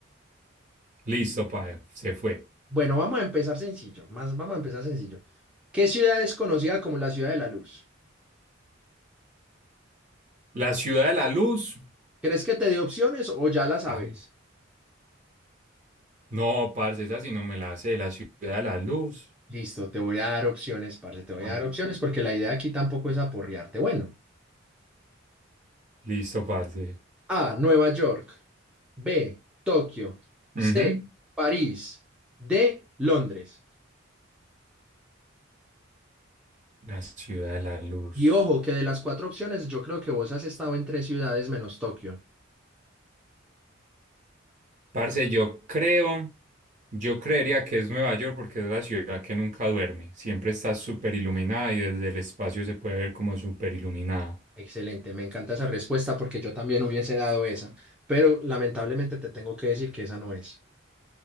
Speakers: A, on the right; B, in the centre.
A: Listo, padre, se fue.
B: Bueno, vamos a empezar sencillo, más vamos a empezar sencillo. ¿Qué ciudad es conocida como la ciudad de la luz?
A: La ciudad de la luz.
B: ¿Crees que te dé opciones o ya la sabes?
A: Ah, no, parce, esa sí no me la sé. La ciudad de la luz.
B: Listo, te voy a dar opciones, parce, te voy
A: Bueno,
B: a dar opciones porque la idea aquí tampoco es aporrearte. Bueno,
A: Listo, parce.
B: A, Nueva York, B, Tokio, C,
A: Ujú.
B: París, D, Londres.
A: La ciudad de la luz.
B: Y ojo, que de las cuatro opciones yo creo que vos has estado en tres ciudades menos Tokio.
A: Parce, yo creo, yo creería que es Nueva York porque es la ciudad que nunca duerme. Siempre está súper iluminada y desde el espacio se puede ver como súper iluminada.
B: Excelente, me encanta esa respuesta porque yo también hubiese dado esa, pero lamentablemente te tengo que decir que esa no es.